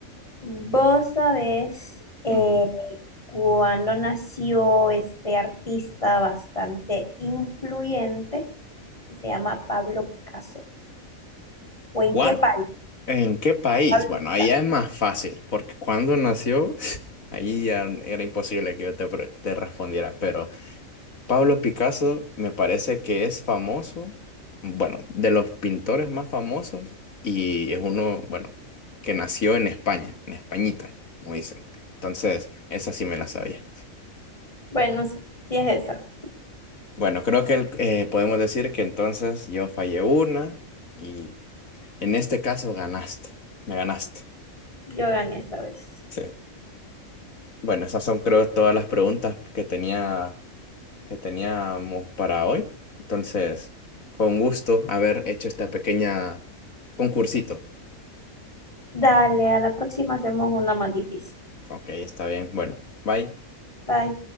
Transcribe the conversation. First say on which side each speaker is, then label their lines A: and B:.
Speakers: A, on the left; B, on the left.
A: Vos sabés eh,
B: ujú.
A: cuándo nació este artista bastante influyente que se llama Pablo Picasso. ¿O en
B: ¿Cuál
A: qué país?
B: ¿En qué país?
A: Pablo
B: Bueno,
A: Picasso.
B: ahí ya es más fácil, porque cuando nació, <laughs> ahí ya era imposible que yo te, pre- te respondiera, pero Pablo Picasso me parece que es famoso, bueno, de los pintores más famosos y es uno, bueno, que nació en España, en Españita, como dicen. Entonces, esa sí me la sabía.
A: Bueno, sí, sí es esa.
B: Bueno, creo que el- eh, podemos decir que entonces yo fallé una y en este caso ganaste, me ganaste.
A: Yo gané esta vez.
B: <laughs> Sí. Bueno, esas son creo todas las preguntas que tenía, que teníamos para hoy. Entonces, fue un gusto haber hecho esta pequeña concursito.
A: Dale, a la próxima hacemos una más difícil.
B: Ok, está bien. Bueno, bye.
A: Bye.